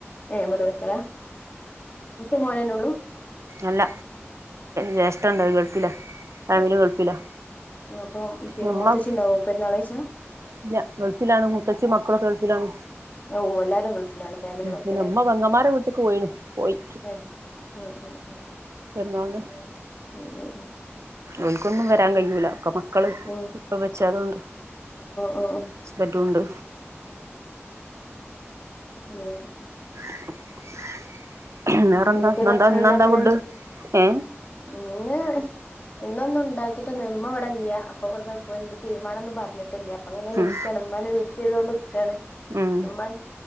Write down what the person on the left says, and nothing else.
ഏ ഇവടെ ക്കല ഒറ്റ മോനന്നെള്ളൂ?
ഏഹ്
അപ്പൊ പിന്നെ
മൂത്തച്ചി ഉണ്ടാവോ പെരുന്നാള് കഴിച്ചാ
ആ
ഓ ഓ എല്ലാരും ഗൾഫിലാണ് ഫാമിലി മൊ
ത്തലെ
അ അ
അ <unintelligible>
ഉം ഉം
ഉം ഉം
മ്
എന്തൊക്കെ
ഭക്ഷണം
ഇണ്ടാക്കല്
ഇന്ന് ഇന്നൊന്നും ഉണ്ടാക്കിട്ടുന്നൂല്ല്യ ഇമ്മ ഇവടല്ല്യ അപ്പൊ ഇവിടെന്ന് പ്പോ എന്ത് തീരുമാനൊന്നും പറഞ്ഞിട്ടില്ല. അങ്ങനെ നിക്കാണ്
ഇമ്മാനെ വെയിറ്റ് ചെയ്തൊണ്ട് നിക്കാണ്
ഇമ്മാ